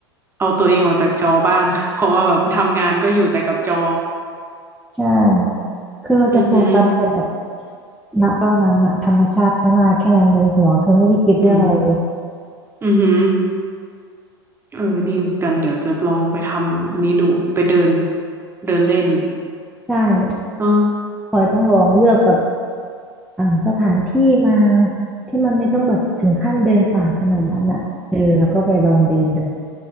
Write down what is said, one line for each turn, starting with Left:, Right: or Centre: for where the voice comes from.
Right: เอาตัวเองออกจากจอบ้าง <laughs> เพราะว่าแบบทำงานก็อยู่แต่กับจอ
Centre: ใช่คือเราจะโฟกัสแต่แบบ
Right: อือหือ
Centre: ณตอนนั้นอะธรรมชาติข้างหน้าแค่นั้นเลยหัวคือไม่ได้คิดเรื่องอะไรเลย
Right: อืมอือหือเออดีเหมือนกันเดี๋ยวจะลองไปทำอันนี้ดู ไปเดินเดินเล่น
Centre: ใช่
Right: อ๋อ
Centre: พลอยต้องลองเลือกแบบ อ่าสถานที่มาที่มันไม่ต้องแบบถึงขั้นเดินป่าขนาดนั้นอ่ะเออแล้วก็ไปลองเดินดู